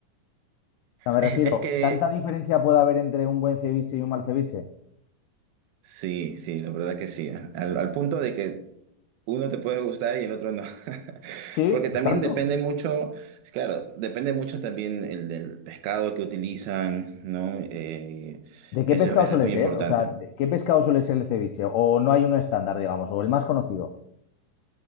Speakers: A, on the left; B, on the right.
A: O sea, me
B: es,
A: refiero,
B: es que
A: ¿tanta diferencia puede haber entre un buen ceviche y un mal ceviche?
B: sí, sí, la verdad que sí. ¿eh? Al, al punto de que uno te puede gustar y el otro no. <laughs>
A: Sí,
B: Porque también
A: tanto.
B: depende mucho, claro, depende mucho también el del pescado que utilizan, ¿no? Eh,
A: ¿De
B: eso,
A: qué pescado
B: eso
A: suele
B: es muy
A: ser?
B: importante.
A: O sea, ¿de ¿qué pescado suele ser el ceviche? ¿O no hay uno estándar, digamos, o el más conocido?